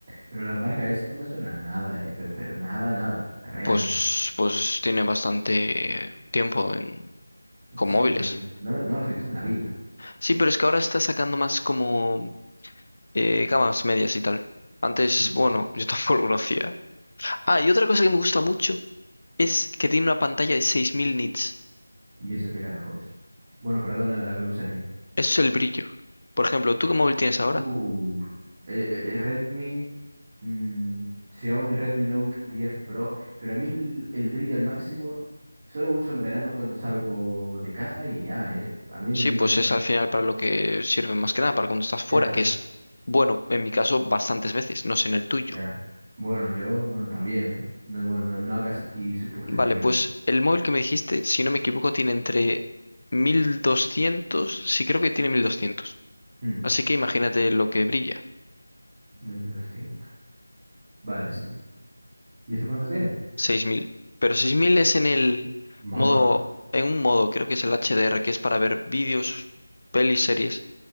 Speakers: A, on the right; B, on the left.
A: Pero la marca esa no me suena a nada, eh, pero, pero nada, nada, realmente.
B: Pues, pues tiene bastante tiempo en,
A: En
B: con
A: serio,
B: móviles.
A: pues n- no, no la escuché en la vida.
B: Sí, pero es que ahora está sacando más como eh, cámaras medias y tal. Antes,
A: Hmm.
B: bueno, yo <laughs> tampoco lo hacía. Ah, y otra cosa que me gusta mucho es que tiene una pantalla de 6000 nits.
A: ¿Y eso qué carajo es? Bueno, perdona la grosería.
B: Eso es el brillo. Por ejemplo, ¿tú qué móvil tienes ahora?
A: Uh, eh, eh, eh, Redmi, mm, Xiaomi Redmi Note diez Pro, pero a mí el, el brillo al máximo solo uso en verano cuando salgo de casa y ya, eh. A mí el
B: Sí,
A: brillo
B: pues
A: tan
B: es al final para lo que sirve más que nada, para cuando estás fuera,
A: Ya,
B: que es, bueno, en mi caso, bastantes veces, no sé en el tuyo.
A: ya. Bueno, yo, bueno, también, ¿eh? No, bueno, no, no hagas aquí suposiciones.
B: Vale, pues el móvil que me dijiste, si no me equivoco, tiene entre mil doscientos. sí creo que tiene 1200.
A: Hmm,
B: Así que imagínate lo que brilla,
A: Mil doscientos, Vale, sí. ¿Y eso cuántos tiene?
B: 6000. Pero 6000 es en el
A: Mamá.
B: modo, en un modo, creo que es el HDR, que es para ver vídeos, pelis, series.